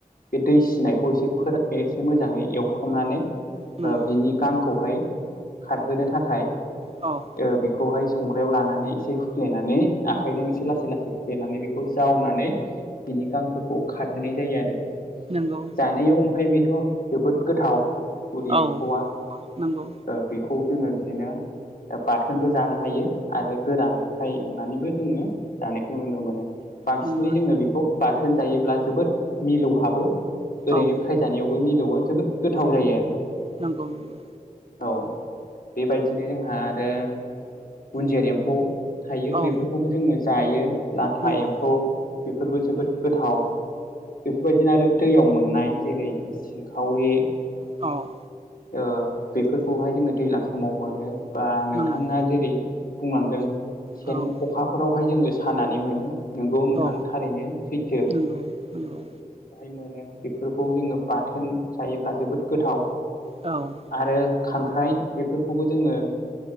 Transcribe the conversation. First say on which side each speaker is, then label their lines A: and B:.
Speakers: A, on the left; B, on the right.
A: बे दै सिनायखौ एसे फोरान एसे मोजाङै एवथुमनानै ओ
B: नंगौ
A: बिनि गांखौहाय खारहोनो थाखाय
B: औ
A: ओ बेखौहाय संग्रायाव लानानै एसे हुफ्लेनानै आखाइजों एसे लासै लासै हुफ्लेनानै बेखौ जावनानै बिनि गांफोरखौ खारहोनाय जायो आरो।
B: नोंगौ
A: जानायाव ओमफाय बेथ' जोबोद गोथाव उरि
B: औ
A: एम्फौआ
B: नंगौ
A: ओ बेखौ जोङो बिदिनो बाथोनबो जानो हायो आरो गोरानै फ्राय एवनानैबो जोङो जानायखौ नुनो मोनो। बांसिनै
B: नंगौ
A: जोङो बेखौ बाथोन जायोब्ला जोबोद मिलौहाबो ओरैनो
B: औ
A: फ्राय जानायाव बो मिलौवो जोबोद गोथाव जायो आरो।
B: नांगौ नंगौ।
A: औ बेबायदिनो जोंहा आरो गुन्जेर एम्फौ थायो
B: औ
A: बेफोरखौबो जोङो जायो लाथा
B: नंगौ
A: एम्फौ बेफोरबो जोबोद गोथाव। बेफोरबायदिनो आरो दैयाव मोननाय जेरै सिंखावरि
B: औ
A: ओ बेफोरखौहाय जोङो दैज्लां समाव मोनो बा नोंथाङा
B: नंगौ
A: जेरै बुंलांदों सेन
B: औ
A: ख'खाफोरावहाय जोङो सानानै मोनो। नोंगौ नोंथां
B: औ
A: थारैनो सैथो जोङो
B: नंगौ नंगौ
A: बेखौ बेहाय मोनो बेफोरखौ जोङो बाथोन जायोब्ला जोबोद गोथाव
B: औ
A: आरो खांख्राइ बेफोरखौबो जोङो